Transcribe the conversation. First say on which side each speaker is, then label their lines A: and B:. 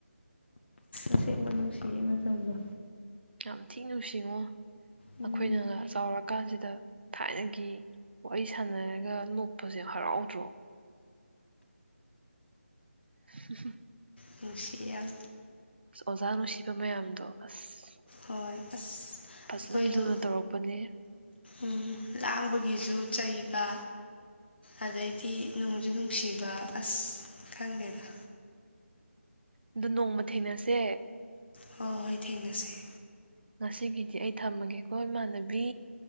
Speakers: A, on the left; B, on the right.
A: ꯃꯁꯦꯡꯕ ꯅꯨꯡꯁꯤꯌꯦ ꯃꯇꯝꯗꯣ
B: ꯌꯥꯝ ꯊꯤ ꯅꯨꯡꯁꯤꯉꯨ
A: ꯎꯝ
B: ꯑꯈꯣꯏꯅꯒ ꯆꯥꯎꯔꯀꯥꯟꯁꯤꯗ ꯊꯥꯏꯅꯒꯤ ꯋꯥꯔꯤ ꯁꯥꯟꯅꯔꯒ ꯅꯣꯛꯄꯁꯦ ꯍꯔꯥꯎꯗ꯭ꯔꯣ <unintelligible>
A: ꯅꯨꯡꯁꯤ ꯌꯥꯝ
B: ꯑꯣꯖꯥ ꯅꯨꯡꯁꯤꯕ ꯃꯌꯥꯝꯗꯣ ꯑꯁ
A: ꯍꯣꯏ ꯑꯁ
B: ꯐꯖꯅ
A: ꯑꯩꯈꯣꯏꯗꯣ
B: ꯂꯨꯅ ꯇꯧꯔꯛꯄꯅꯦ
A: ꯎꯝ ꯂꯥꯡꯕꯒꯤꯁꯨ ꯆꯩꯕ ꯑꯗꯩꯗꯤ ꯅꯨꯡꯖꯨ ꯅꯨꯡꯁꯤꯕ ꯑꯁ ꯈꯪꯗꯦꯗ
B: ꯑꯗꯨ ꯅꯣꯡꯃ ꯊꯦꯡꯅꯁꯦ
A: ꯍꯣ ꯍꯣꯏ ꯊꯦꯡꯅꯁꯤ
B: ꯉꯁꯤꯒꯤꯗꯤ ꯑꯩ ꯊꯝꯃꯒꯦꯀꯣ ꯏꯃꯥꯟꯅꯕꯤ